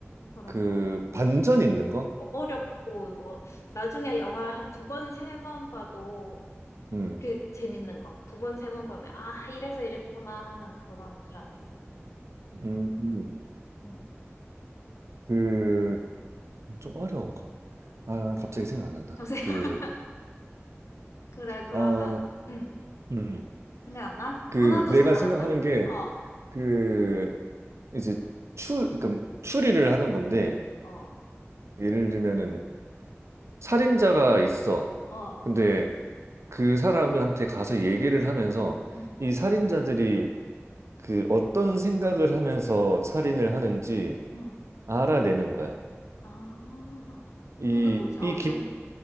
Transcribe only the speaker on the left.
그런
거.
어- 어렵고 뭐 나중에 영화 한 두 번, 세 번 봐도
그 재밌는 거. 두 번, 세 번 보면 아, 이래서 이랬구나 하는 그런 드라마 있잖아.
응.
감사해요.
<laughs> 그래, 그러면
응.
생각 안 나?
하나도
생각
안 나?
어,
어,
어.
응,
응.
아.
그게 뭐지? 어,
제